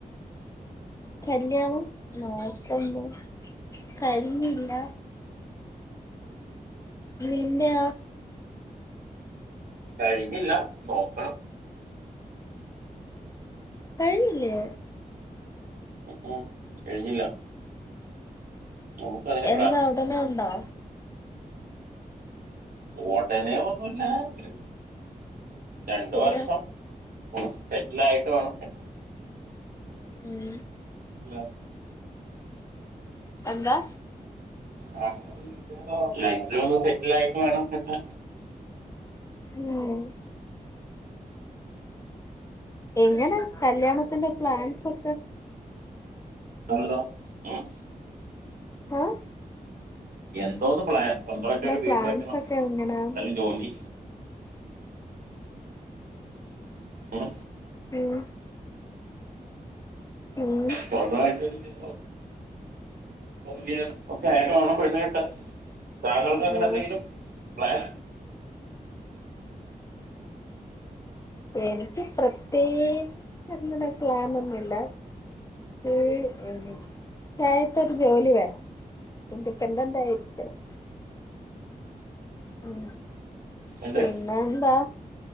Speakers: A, on the left; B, on the right.
A: കല്ല്യാണം നോക്കുന്നു കഴിഞ്ഞില്ല മിന്നാ
B: കഴിഞ്ഞില്ല നോക്കണം
A: കഴിഞ്ഞില്ലേ
B: ഉം ഉം കഴിഞ്ഞില്ല നമുക്ക് അതിന്
A: എന്താ ഒടനേ ഒണ്ടോ
B: ഒടനേ <unintelligible> <inaudible> രണ്ടു
A: പിന്നെ
B: വർഷം ഒന്ന് സെറ്റിൽ ആയിട്ട് വേണംട്ട
A: ഉം
B: <unintelligible>
A: എന്താ
B: അ ലൈഫില ഒന്ന് സെറ്റിൽ ആയിട്ട് വേണം പിന്നെ
A: ഉം എങ്ങനെ കല്യാണത്തിന്റെ പ്ലാൻസ് ഒക്കെ?
B: <unintelligible> ഉം
A: ആഹ്
B: എന്തോന്ന് പ്ലാൻ സ്വന്തമായിട്ട് ഒരു വീട്
A: പ്ലാൻസ്
B: വെക്കണം
A: ഒക്കെ എങ്ങനാന്ന്
B: നല്ല ജോലി. ഉം
A: ഉം ഉം
B: സ്വന്തമായിട്ടൊരു ജോ <unintelligible> ഓക്കെ ആയിട്ട് വേണം പെണ്ണ് കെട്ടാൻ താങ്കൾക്ക് അങ്ങനെ
A: ഉം
B: എന്തെങ്കിലും പ്ലാൻ?
A: എനിക്ക് പ്രത്യേകിച്ചങ്ങനെ പ്ലാനൊന്നുമില്ല ഏഹ് എനിക്കായിട്ടൊരു ജോലി വേണം ഇനിഡിപെൻഡന്റ് ആയിരിക്കണം. ഉം
B: എന്ത്
A: പിന്നെ എന്താ